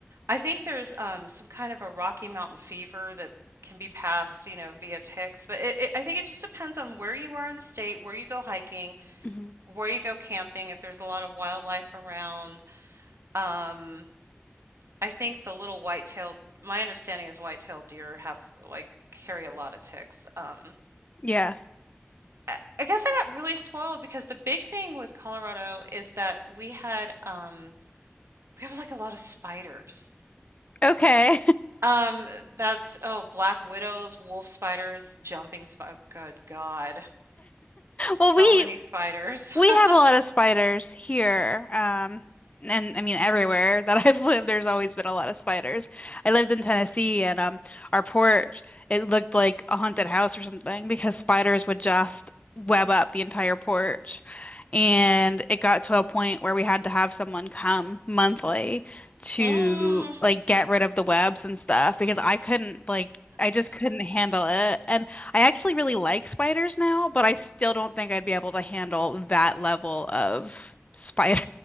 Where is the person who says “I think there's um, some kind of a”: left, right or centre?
Right